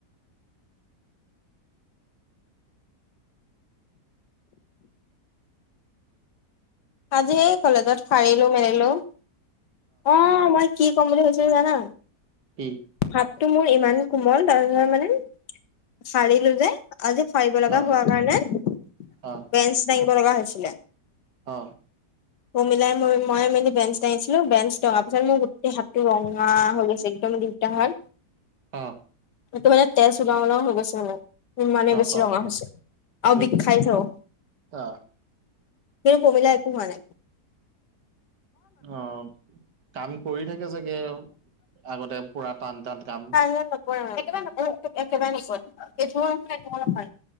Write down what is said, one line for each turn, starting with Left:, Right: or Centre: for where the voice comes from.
Left: আজি কলেজত ফাৰিলো মেলিলো। অ মই কি ক'ম বুলি কৈছিলো জানা।
Right: কি
Left: হাতটো মোৰ ইমান কোমল তাৰপিছত মানে সাৰিলো যে। আজি ফাৰিব লগা
Right: অ
Left: হোৱাৰ কাৰণে
Right: অ
Left: বেঞ্চ দাঙিব লগা হৈছিলে।
Right: অ
Left: অ মিলাই ম মই মেলি বেঞ্চ ডাঙিছিলো বেঞ্চ ডঙা পিছত মোৰ গোটেই হাতটো ৰঙা হৈ গৈছে। একদম দুয়োটা হাত
Right: অ
Left: সেইটো মানে তেজ উলাও উলাও হৈ গৈছে মানে ইমানে
Right: অ
Left: বেছি
Right: অ
Left: ৰঙা হৈছে আৰু
Right: সেই
Left: বিষাইছেও।
Right: অ
Left: কিন্তু পমিলা একো হোৱা নাই।
Right: অ কাম কৰি থাকে চাগে আগতে পুৰা টান টান কাম
Left: কাইলৈ নপৰে একেবাৰে নপৰে একেবাৰে নকৰে এইটো ৰুমৰ পৰা ৰুমলৈ হাৰে